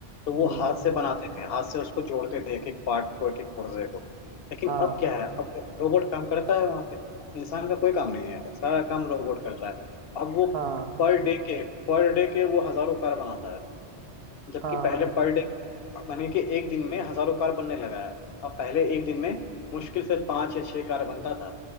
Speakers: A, on the left; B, on the right.
A: तो वो
B: हम्म
A: हाथ से बनाते थे हाथ से उसको जोड़ते थे एक एक पार्ट को एक एक पुर्जे को लेकिन
B: हाँ
A: अब क्या है अब रोबोट काम करता है वहां पे इंसान का कोई काम नहीं है सारा काम रोबोट करता है अब वो
B: हाँ
A: पर डे के पर डे के वो हजारों कार बनाता है जबकि
B: हाँ
A: पहले
B: हाँ
A: पर डे मानिए कि एक दिन में हजारों कार बनने लगा है अब पहले एक दिन में मुश्किल से पांच या छह कार बनता था